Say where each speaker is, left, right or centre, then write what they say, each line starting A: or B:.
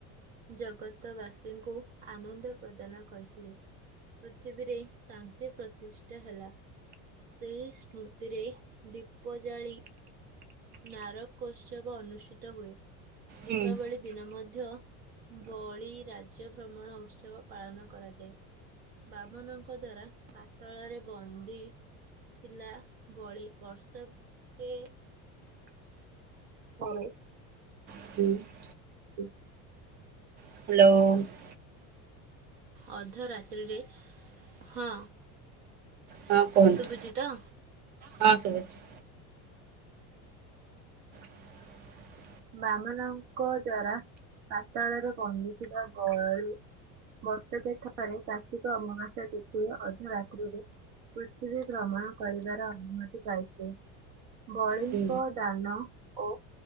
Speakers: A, on the right; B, on the right.
A: ଜଗତବାସୀଙ୍କୁ ଆନନ୍ଦ ପ୍ରଦାନ କରିଥିଲେ। ପୃଥିବୀରେ ଶାନ୍ତି ପ୍ରତିଷ୍ଠା ହେଲା। ସେଇ ସ୍ମୃତିରେ ଦୀପ ଜାଳି ନାରକୋତ୍ସବ ଅନୁଷ୍ଠିତ ହୁଏ।
B: ହୁଁ
A: ଦୀପାବଳି
B: ହୁଁ
A: ଦିନ ମଧ୍ୟ ବଳି ରାଜ୍ୟ ଭ୍ରମଣ ଉତ୍ସବ ପାଳନ କରାଯାଏ। ବାମନଙ୍କ ଦ୍ୱାରା ପାତଳରେ ବନ୍ଦି ଥିଲା ବଳି। ବର୍ଷକେ ପରେ
B: <inaudible>
A: <inaudible>
B: ହ୍ୟାଲୋ।
A: ଅଧ ରାତ୍ରିରେ, ହଁ
B: ହଁ କୁହନ୍ତୁ
A: ଶୁଭୁଚ ତ?
B: ହଁ ଶୁବୁଚି। <inaudible>
A: ବାମନଙ୍କ ଦ୍ଵାରା ପାତାଳରେ କନ୍ଦିଥିବା ବଳି ବର୍ଷକେ ଥରେ କାର୍ତ୍ତିକ ଅମାବାସ୍ୟା ତିଥି ରେ ଅର୍ଦ୍ଧରାତ୍ରିରେ ପୃଥିବୀ ଭ୍ରମଣ କରିବାର ଅନୁମତି ପାଇଥିଲେ। ବଳିଙ୍କ
B: ହୁଁ
A: ଦାନ ଓ